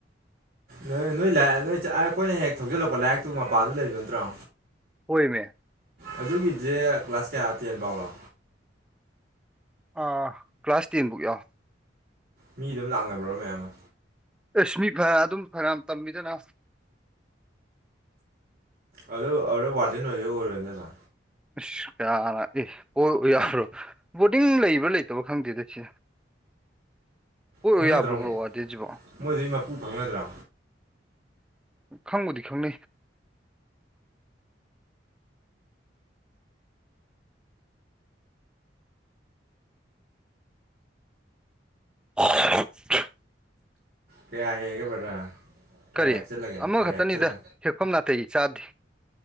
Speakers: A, on the right (about 55°); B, in the centre.
A: ꯅꯣꯏ ꯅꯣꯏ ꯂ ꯅꯣꯏ ꯑꯩꯈꯣꯏꯅ ꯍꯦꯛ ꯊꯧꯖꯤꯜꯂꯛꯄ ꯂꯥꯏꯔꯤꯛꯇꯨ ꯃꯄꯥꯗꯨ ꯂꯩꯕ ꯅꯠꯇ꯭ꯔꯣ
B: ꯑꯣꯏꯃꯦ
A: ꯑꯗꯨꯒꯤꯁꯦ ꯀ꯭ꯂꯥꯁ ꯀꯌꯥ ꯇꯦꯟ ꯐꯥꯎꯅꯣ
B: ꯑꯥ ꯀ꯭ꯂꯥꯁ ꯇꯦꯟꯕꯨꯛ ꯌꯧ
A: ꯃꯤ ꯑꯗꯨꯝ ꯂꯥꯛꯅꯕ꯭ꯔꯣ ꯃꯌꯥꯝ ꯑꯃ
B: ꯑꯦꯁꯃꯤ ꯐꯅꯌꯥꯝ ꯑꯗꯨꯝ ꯐꯅꯌꯥꯝ ꯇꯝꯃꯤꯗꯅ
A: ꯑꯗ ꯑꯗ ꯋꯥꯔꯗꯦꯟ ꯑꯣꯏꯒꯦ ꯑꯣꯏꯔꯣꯗꯅ
B: ꯑꯁ ꯀꯌꯥ ꯑꯦ ꯑꯣ ꯑꯣꯏꯌꯥꯔꯣꯏ ꯕꯣꯔꯗꯤꯡ ꯂꯩꯕ꯭ꯔꯥ ꯂꯩꯇꯕ꯭ꯔꯥ ꯈꯪꯗꯦꯗ ꯁꯤ ꯄꯑꯣꯏ
A: ꯈꯪꯅꯗ꯭ꯔꯣ
B: ꯑꯣꯏ ꯌꯥꯕ꯭ꯔꯣ ꯕ꯭ꯔꯣ ꯋꯥꯔꯗꯦꯟꯖꯤꯕꯣ
A: ꯃꯣꯏꯗꯨꯒꯤ ꯃꯄꯨ ꯈꯪꯅꯗ꯭ꯔꯣ
B: ꯈꯪꯕꯨꯗꯤ ꯈꯪꯅꯩ ꯑꯣ <unintelligible>
A: ꯀꯌꯥ ꯍꯦꯛꯑꯒꯦ ꯕ꯭ꯥꯔꯗꯔ ꯀꯌꯥ
B: ꯀꯔꯤ
A: ꯍꯦꯛ ꯆꯜꯂꯒꯦ
B: ꯑꯃꯈꯛꯇꯅꯤꯗ
A: ꯀꯌꯥ ꯍꯦꯛ ꯆꯜꯂꯦ
B: ꯍꯦꯛꯐꯝ ꯅꯥꯇꯩ ꯆꯥꯗꯦ